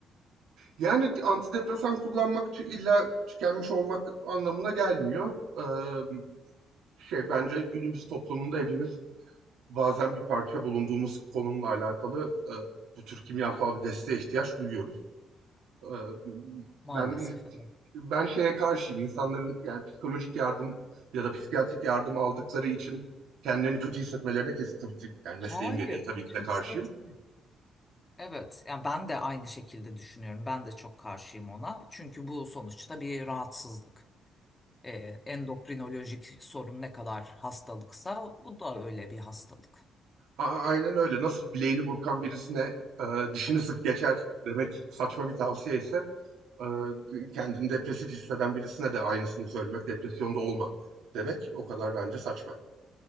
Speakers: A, on the right; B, on the left.
A: Yani antidepresan kullanmak tü- illa tükenmiş olmak anlamına gelmiyor. Ee, şey bence günümüz toplumunda hepimiz bazen bir parça bulunduğumuz konumla alakalı e, bu tür kimyasal bir desteğe ihtiyaç duyuyoruz. Ee,
B: Maalesef
A: ben
B: evet.
A: ben şeye karşıyım. İnsanların yani psikolojik yardım ya da psikiyatrik yardım aldıkları için kendilerini kötü hissetmelerine kesin tabii ki- yani
B: Hayır,
A: mesleğim gereği tabii
B: kötü
A: ki de karşıyım.
B: hissetmiyorum. Evet, yani ben de aynı şekilde düşünüyorum. Ben de çok karşıyım ona. Çünkü bu sonuçta bir rahatsızlık. Ee, endokrinolojik sorun ne kadar hastalıksa bu da öyle bir hastalık.
A: A- aynen öyle. Nasıl bileğini burkan birisine e, dişini sık geçer demek saçma bir tavsiye ise e, kendini depresif hisseden birisine de aynısını söylemek, depresyonda olma demek o kadar bence saçma.